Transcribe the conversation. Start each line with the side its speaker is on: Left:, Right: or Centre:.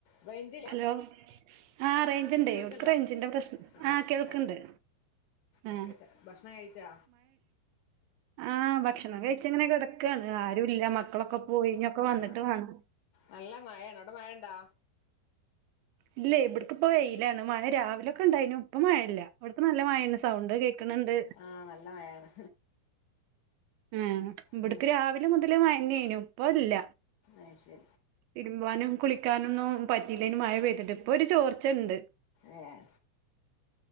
Left: റേഞ്ചില്ല
Right: ഹലോ ആ റേഞ്ചിണ്ട
Left: കേൾക്കണ്ടോ
Right: റേഞ്ചിന്റെ പ്രശ്നം
Left: ആ
Right: ആഹ്
Left: ഓക്കെ
Right: കേൾക്കണ്ട് ആ
Left: ഓക്കെ ഭക്ഷണം കഴിച്ചാ
Right: ആഹ് ഭക്ഷണം കഴിച്ചിങ്ങനെ കിടക്കയാണ് ആരുല്ല മക്കളൊക്കെ പോയിഞ്ഞൊക്കെ വന്നിട്ട്
Left: ആ
Right: വേണം
Left: നല്ല മഴാണ് അവിടെ മഴ ഇണ്ടാ
Right: ഇല്ലയ് ഇവിടക്ക്പ്പോ വെയിലാണ് മയ രാവിലോക്കെ ഉണ്ടായിനു അപ്പൊ മഴല്ല അവ്ടക്ക് നല്ല മഴണ്ട് സൗണ്ട് കേൾക്കണണ്ട്
Left: ആഹ് നല്ല മഴയാണ്
Right: ഏഹ് ഇവിടക്ക്
Left: ഉം
Right: രാവിലെ മുതല് മഴനെന്നു ഇപ്പ ഇല്ല
Left: അയ്ശരി
Right: തിരുമ്പാനും കുളിക്കാനോന്നും പറ്റിയില്ലേനിം മഴ പെയ്തിട്ട് ഇപ്പൊ ഒരു ചോർച്ചണ്ട്
Left: ഏഹ്